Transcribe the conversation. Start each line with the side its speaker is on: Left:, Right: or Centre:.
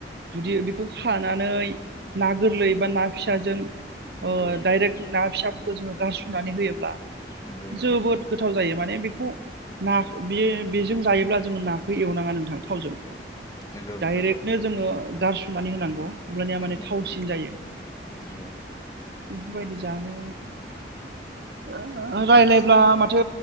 Right: जुदि बेखौ
Left: जोबोद
Right: खानानै ना गोरलै बा ना फिसाजों
Left: नंगौ
Right: अ डाइरेक्ट
Left: नंगौ
Right: ना फिसा खौजोङो गारसननानै होयोब्ला
Left: नंगौ नंगौ
Right: जोबोद गोथाव जायो माने बेखौ ना बियो बिजों जायोब्ला जों नाखो एवनाङा नोंथां थावजों
Left: नंगौ
Right: डाइरेक्टनो
Left: नंगौ
Right: जोङो गारस सनानै होनांगौ अब्लानिया माने
Left: नंगौ
Right: थावसिन जायो
Left: नंगौ
Right: बेफोर बायदि जानो <inaudible> रायलायब्ला
Left: गोसो
Right: माथो